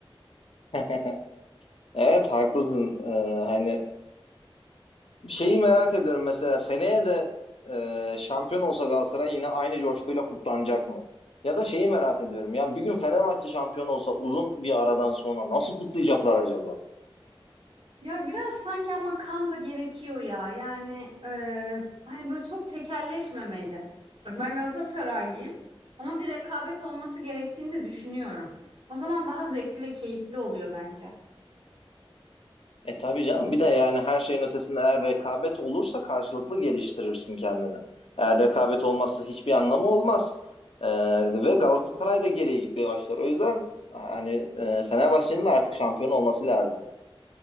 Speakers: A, on the left; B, on the right.
A: <laughs> Evet haklısın. E, hani şeyi merak ediyorum mesela seneye de e, şampiyon olsa Galatasaray yine aynı coşkuyla kutlanacak mı? Ya da şeyi merak ediyorum. Ya bir gün Fenerbahçe şampiyon olsa uzun bir aradan sonra nasıl kutlayacaklar acaba?
B: Ya biraz sanki ama kan da gerekiyor ya. Yani e, hani böyle çok tekelleşmemeli. Bak ben Galatasaraylıyım ama bir rekabet olması gerektiğini de düşünüyorum. O zaman daha zevkli ve keyifli oluyor bence.
A: E tabii canım bir de yani her şeyin ötesinde eğer rekabet olursa karşılıklı geliştirirsin kendini. Eğer rekabet olmazsa hiçbir anlamı olmaz. E, ve Galatasaray da geriye gitmeye başlar. O yüzden e, hani e, Fenerbahçe'nin de artık şampiyon olması lazım.